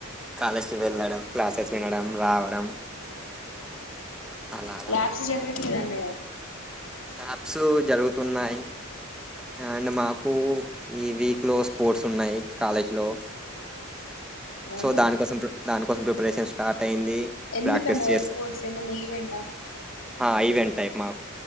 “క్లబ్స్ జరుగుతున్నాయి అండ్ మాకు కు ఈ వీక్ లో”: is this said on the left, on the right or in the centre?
Centre